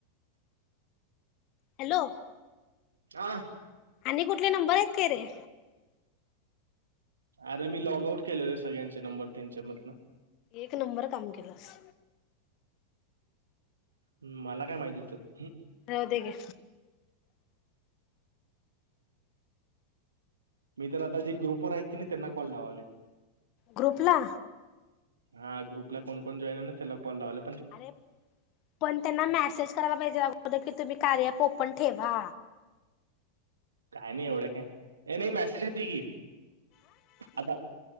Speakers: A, on the left (about 40°); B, on the right (about 70°).
A: हॅलो,
B: नाआ.
A: आणि कुठले नंबर आहेत काय रे?
B: अरे मी लॉग आउट केलेलं सगळ्यांचे नंबर त्यांच्यामधनं.
A: एक नंबर काम केलंस.
B: ह् मला काय माहित होतं.
A: राव दे गे.
B: मी तर आता जे ग्रुपवर आहेत की नाही त्यांना कॉल लावाले.
A: ग्रुप ला?
B: हा ग्रुप ला कोण कोण जॉईन आहे ना त्याला कॉल लावायले.
A: अरे पण त्यांना मेसेज करायला पाहिजे अग की तुम्ही कार्या पोपट ठेवा.
B: काय नाही एवढं काय. हे नाही मेसेज येत की आता.